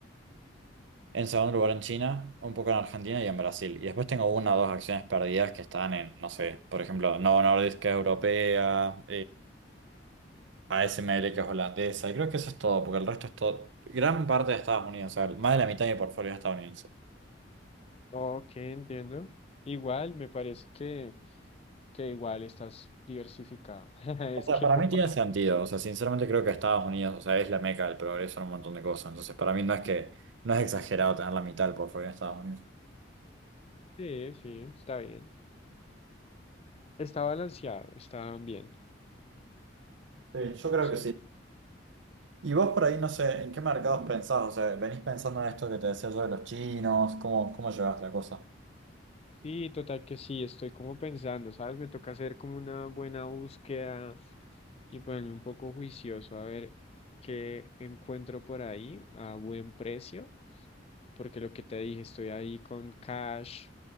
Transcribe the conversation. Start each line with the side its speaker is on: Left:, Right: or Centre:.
Right: en segundo lugar en China, un poco en Argentina y en Brasil. Y después tengo una o dos acciones perdidas que están en, no sé, por ejemplo, Novo Nordisk, que es europea. ASML, que es holandesa, y creo que eso es todo, porque el resto es todo, gran parte de Estados Unidos, o sea, más de la mitad de mi portfolio es estadounidense.
Left: Ok, entiendo. Igual, me parece que, que igual estás diversificado. <laughs>
Right: O
Left: Es
Right: sea,
Left: que
Right: para
Left: comparado.
Right: mí tiene sentido,
Left: con-
Right: o sea, sinceramente creo que Estados Unidos, o sea, es la meca del progreso en un montón de cosas, entonces para mí no es que, no es exagerado tener la mitad del portfolio en Estados Unidos.
Left: Sí, sí, está bien. Está balanceado, está bien.
Right: Sí, yo creo
Left: Sí.
Right: que sí. Y vos por ahí, no sé, ¿en qué mercados pensás? O sea, ¿venís pensando en esto que te decía yo de los chinos? ¿Cómo, cómo llevaste la cosa?
Left: Sí, total que sí, estoy como pensando, ¿sabes? Me toca hacer como una buena búsqueda y ponerme un poco juicioso a ver qué encuentro por ahí a buen precio, porque lo que te dije, estoy ahí con cash.